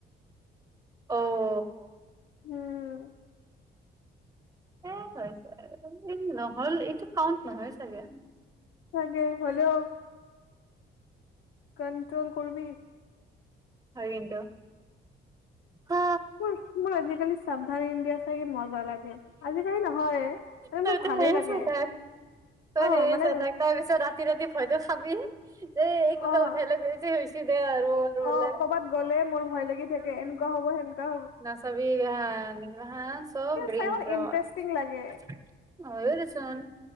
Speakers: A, on the right; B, on the left.
A: অ'।
B: উম
A: এ হৈছে আৰু, এইটো নহ'ল এইটো কাউণ্ট নহয় চাগে।
B: <unintelligible> হ'লেও কণ্ট্ৰল কৰিবি।
A: হৈ কিন্তু
B: <unintelligible>
A: হা
B: মোৰ আজি আজি কালি সাৱধান ইণ্ডিয়া চাই <inaudible> নালাগে আজি কালি নহয় মানে
A: তই
B: মোৰ
A: সেইবোৰে
B: ভালে লাগে।
A: চাই থাক, তাৰ
B: অ'
A: পিছত
B: মানে
A: সেইবোৰ চাই ৰাতি ভয় খাবি যে কোনবাই
B: অ'
A: উঠাই লৈ গৈছে। <unintelligible> আৰু বোলে
B: অ' কৰবাত গ'লে মোৰ ভয় লাগি
A: উম
B: থাকে, এনেকুৱা হ'ব সেনেকুৱা হ'ব।
A: নাচাবি এইবোৰ, এইবোৰ সকলো
B: চাই মানে ইন্টাৰেষ্টিং লাগে
A: <inaudible> হৈ দে চোন।